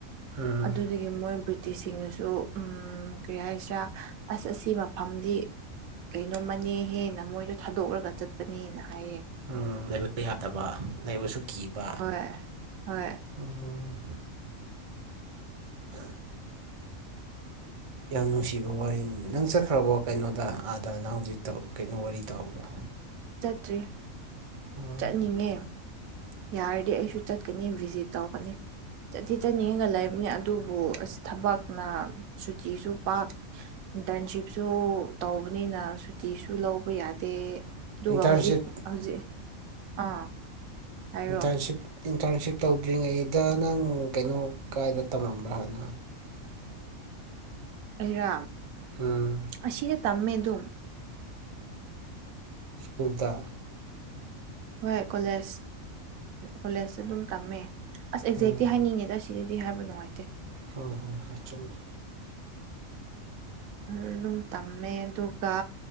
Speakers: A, on the right; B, on the right.
A: ꯎꯝ
B: ꯑꯗꯨꯗꯒꯤ ꯃꯣꯏ ꯇꯤꯁꯤꯡꯅꯁꯨ ꯀꯔꯤ ꯍꯥꯏꯁꯤꯔꯥ ꯑꯁ ꯑꯁꯤ ꯃꯐꯝꯗꯤ ꯀꯩꯅꯣꯝꯃꯅꯦ ꯍꯦ ꯅꯃꯣꯏꯗꯣ ꯊꯥꯗꯣꯛꯂꯒ ꯆꯠꯄꯅꯦꯅ ꯍꯥꯏꯌꯦ
A: ꯎ ꯂꯩꯕ ꯌꯥꯗꯕ ꯂꯩꯕꯁꯨ ꯀꯤꯕ
B: ꯍꯣꯏ ꯍꯣꯏ
A: ꯎꯝ ꯌꯥꯝ ꯅꯨꯡꯁꯤꯕ ꯋꯥꯔꯤꯅꯤ ꯅꯪ ꯆꯠꯈ꯭ꯔꯕ ꯀꯩꯅꯣꯗ ꯑꯥꯗ ꯅꯪ ꯍꯧꯖꯤꯛ ꯀꯩꯅꯣ ꯋꯥꯔꯤ ꯇꯧꯕꯗꯣ
B: ꯔꯤ
A: ꯎꯝ
B: ꯆꯠꯅꯤꯡꯉꯦ ꯌꯥꯔꯗꯤ ꯑꯩꯁꯨ ꯆꯠꯀꯅꯤ ꯚꯤꯖꯤꯠ ꯇꯧꯒꯅꯤ ꯆꯠꯇꯤ ꯆꯠꯅꯤꯡꯉꯒ ꯂꯩꯕꯅꯦ ꯑꯗꯨꯕꯨ ꯑꯁ ꯊꯕꯛꯅ ꯀꯤꯁꯨ ꯄꯥꯛ ꯏꯟꯇꯔꯟꯁꯤꯞꯁꯨ ꯇꯧꯕꯅꯤꯅ ꯇꯤꯁꯨ ꯂꯧꯕ ꯌꯥꯗꯦ ꯑꯗꯨꯒ
A: ꯏꯟꯇꯔꯟꯁꯤꯞ
B: ꯍꯧꯖꯤꯛ ꯍꯧꯖꯤꯛ ꯑꯥ ꯍꯥꯏꯔꯣ
A: ꯏꯟꯇꯔꯟꯁꯤꯞ ꯏꯟꯇꯔꯟꯁꯤꯞ ꯇꯧꯗ꯭ꯔꯤꯉꯩꯗ ꯅꯪ ꯀꯩꯅꯣ ꯀꯥꯏꯗ ꯇꯝꯂꯝꯝꯕ꯭ꯔꯥ ꯍꯥꯟꯅ
B: ꯑꯩꯔꯣ
A: ꯎꯝ
B: ꯑꯁꯤꯗ ꯇꯝꯃꯦ ꯑꯗꯨꯝ
A: ꯁ꯭ꯀꯨꯜꯗ
B: ꯍꯣꯏ ꯀꯣꯂꯦꯖ ꯀꯣꯂꯦꯖꯇ ꯑꯗꯨꯝ ꯇꯝꯃꯦ ꯑꯁ ꯑꯦꯛꯖꯦꯤ
A: ꯎꯝ
B: ꯍꯥꯏꯅꯤꯡꯉꯦꯗ ꯁꯤꯗꯗꯤ ꯍꯥꯏꯕ ꯅꯨꯡꯉꯥꯏꯇꯦ
A: ꯍꯣꯏ ꯍꯣꯏ ꯍꯣꯏ ꯆꯨꯝꯃꯦ
B: ꯑꯗꯨꯝ ꯇꯝꯃꯦ ꯑꯗꯨꯒ